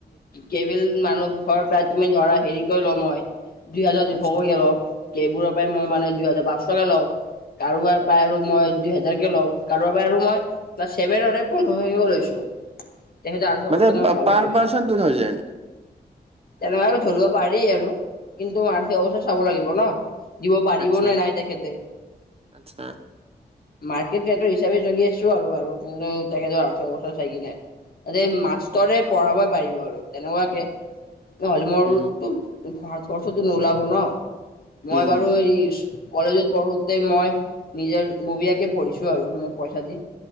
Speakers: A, on the left; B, on the right.
A: কেবিল মানুহ ঘৰৰ পৰা তুমি ধৰা <unintelligible> হেৰি কৰি লওঁ মই দুইহেজাৰ দুশ
B: আচ্ছা
A: কৰিয়ে লওঁ কেইবোৰৰ পৰাই মই মানে দুহেজাৰ পাঁচশকৈ লওঁ। কাৰোবাৰ পৰায় আৰু মই দুই হাজাৰকে লওঁ কাৰোবাৰ পৰা আৰু মই পায় ছেভেন হড্ৰেড পোন্ধৰ হাজাৰকও লৈছো <unintelligible> তেখেতে আৰ্থিক
B: মানে
A: অৱস্থাটো ইমান ভাল
B: পাৰ
A: নহয়।
B: পাৰ্চন টু থাউজেণ্ড
A: তেনেকুৱাকে ধৰিব পাৰি আৰু কিন্তু আৰ্থিক অৱস্থা চাব লাগিব ন। দিব পাৰিবনে
B: আচ্ছা
A: নাই তেখেতে?
B: আচ্ছা।
A: মাৰ্কেট হিচাপে চলি আছো আৰু ব কিন্তু তেখেতৰ আৰ্থ অৱস্থা চাই কি নে <unintelligible> ত মাষ্টৰে
B: অ
A: পঢ়াবই পাৰিব আৰু তেনেকুৱাকে নহ'লে মোৰটো
B: উম
A: খৰচ খৰ্চটো নোলাব ন মই
B: উম
A: বাৰু এই কলেজত পঢ়োঁতে মই নিজৰ ববীয়াকে পঢ়িছো আৰু মই পইচা দি।